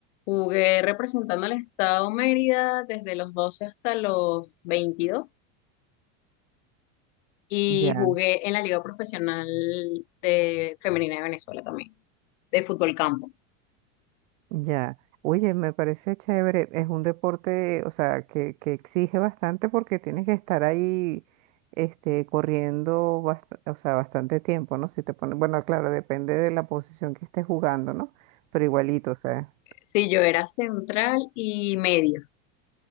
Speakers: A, on the left; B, on the right.
A: Jugué representando al estado Mérida desde los 12 hasta los 22 y
B: Ya.
A: jugué en la Liga Profesional de Femenina de Venezuela también, de fútbol campo.
B: Ya, oye, me parece chévere. Es un deporte, o sea, que, que exige bastante porque tienes que estar ahí, este, corriendo, bast- o sea, bastante tiempo, ¿no? Si te pones, bueno, claro, depende de la posición que estés jugando, ¿no? Pero igualito, o sea,
A: Sí, yo era central y medio.